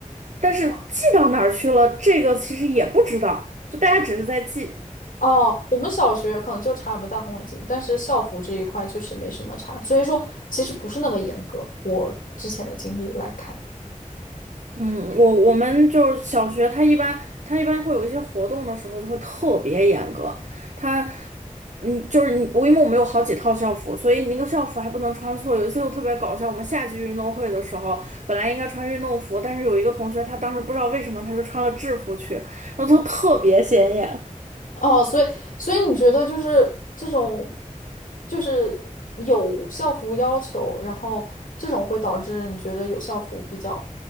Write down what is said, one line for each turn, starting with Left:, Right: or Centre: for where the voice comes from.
Right: 但是记到哪儿去了，
Left: 哦，
Right: 这个其实也不知道，就大家只是在记。
Left: 哦我们小学可能就查有没有戴红领巾，但是校服这一块确实没什么查，所以说其实不是那么严格。我之前的经历来看。
Right: 嗯，我我们就是小学，他一般他一般会有一些活动的时候就会特别严格，他，嗯，就是你我因为我们有好几套校服，所以你那个校服还不能穿错。有一次就特别搞笑，我们夏季运动会的时候，本来应该穿运动服，但是有一个同学他当时不知道为什么他就穿了制服去，然后就特别显眼。
Left: 哦，所以所以你觉得就是这种，就是有校服要求，然后这种会导致你觉得有校服比较